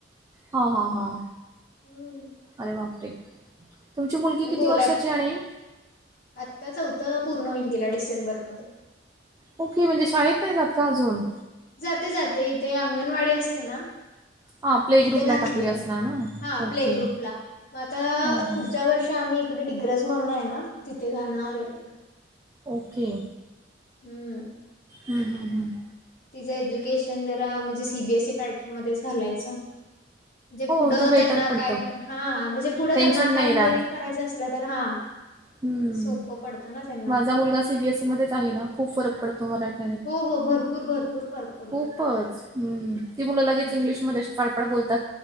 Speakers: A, on the right (about 20°); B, on the left (about 50°).
A: हा-हा-हा.
B: हम्म
A: अरे बापरे! तुमची मुलगी
B: आणि बोला
A: किती वर्षाची आणि
B: आत्ता चौथं पूर्ण होईल, गेला डिसेंबरमध्ये.
A: हो की, म्हणजे शाळेत नाही जात का अजून?
B: जाते-जाते, इथे अंगणवाडी असते ना.
A: हा प्ले
B: तिथे
A: ग्रुपला
B: घातलीय.
A: टाकली असणार ना
B: हा
A: ओके
B: प्ले ग्रुपला मग आता
A: हा हा
B: पुढच्या वर्षी आम्ही कडे डिग्रज म्हणून आहे ना, तिथे घालणार आहे तिला.
A: ओके.
B: हम्म.
A: हम-हम-हम्.
B: तिचं एज्युकेशन जरा म्हणजे सीबीएसई पार्टन मध्येच घालायचं. जे
A: हो
B: पुढं
A: ते बेटर
B: त्यांना
A: पडतं
B: काय कर हा म्हणजे, पुढं
A: टेन्शन
B: त्यांना काही
A: नाही राहत
B: जरी करायचं असलं तर हा.
A: हम्म,
B: सोपं पडतं ना त्यांना.
A: माझा मुलगा सीबीएसई मध्येच आहे ना, खूप फरक पडतो मराठी.
B: हो-हो, भरपूर-भरपूर फरक. पडतो.
A: खूपच्, ती मुलं
B: हम्म
A: लगेच इंग्लिशमध्ये अशी फाड-फाड बोलतात.